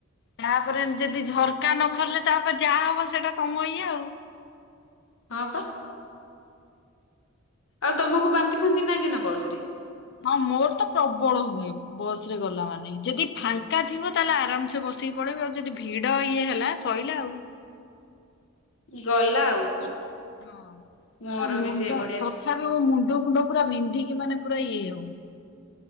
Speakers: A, on the left; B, on the left.
A: ତାପରେ ଯଦି ଝରକା ନ ଖୋଲିଲେ ତାପରେ ଯାହା ହବ ସେଇଟା ତମ ଇଏ ଆଉ।
B: ହଁ ପା ଆଉ ତମକୁ ବାନ୍ତି ଫାନ୍ତି ନାଗେ ନା ବସ ରେ?
A: ହଁ ମୋର ତ ପ୍ରବଳ ହୁଏ ବସ ରେ ଗଲା ମାନେ ଯଦି ଫାଙ୍କା ଥିବ ତାହେଲେ ଆରାମ ସେ ବସିକି ପଳେଇବି ଆଉ ଯଦି ଭିଡ ଇଏ ହେଲା ଶଇଲା ଆଉ।
B: ଗଲା ଆଉ।
A: ହଁ
B: ମୋର
A: ମୁଣ୍ଡ
B: ବି ସେଇଭଳିଆ
A: ତଥାପି ମୋ ମୁଣ୍ଡ ଫୁଣ୍ଡ ପୁରା ବିନ୍ଧିକି ମାନେ ପୁରା ଇଏ ହୁଏ।